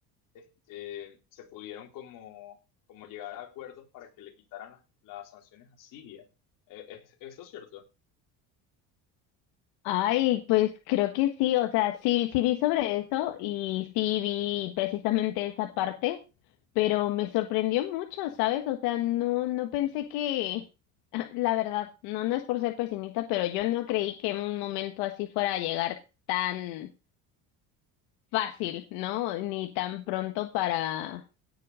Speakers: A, on the left; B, on the left.
A: este, se pudieron como, como llegar a acuerdos para que le quitaran las, las sanciones a Siria. Eh, ¿es, eso es cierto?
B: Ay, pues creo que sí, o sea, sí, sí vi sobre eso y sí vi precisamente esa parte, pero me sorprendió mucho, ¿sabes? O sea, no, no pensé que, <laughs> la verdad, no, no es por ser pesimista, pero yo no creí que en un momento así fuera a llegar tan fácil, ¿no? Ni tan pronto para,